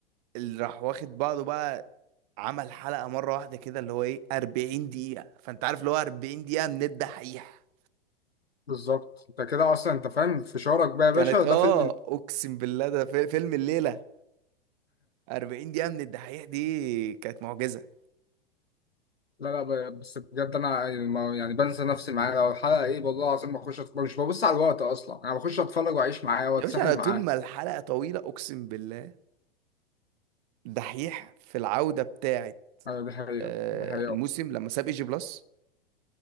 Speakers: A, on the right; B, on the left.
A: اللي راح واخد بعضه بقى عمل حلقه مره واحده كده اللي هو ايه 40 دقيقه فانت عارف اللي هو 40 دقيقه من الدحيح
B: بالظبط انت كده اصلا انت فاهم في شعورك بقى يا
A: كانت
B: باشا
A: اه
B: ده فيلم
A: اقسم بالله ده في- فيلم الليله 40 دقيقه من الدحيح دي كانت معجزه
B: لا لا ب- بس بجد انا الم- يعني بنسى نفسي معاه لو الحلقة ايه والله العظيم بخش اتفرج مش ببص على الوقت اصلا انا بخش اتفرج واعيش معاه واتسحل
A: يا باشا انا طول
B: معاه
A: ما الحلقه طويله اقسم بالله دحيح في العودة بتاعة
B: ايوه دي حقيقة
A: آه،
B: دي حقيقة
A: الموسم لما ساب ايجي بلس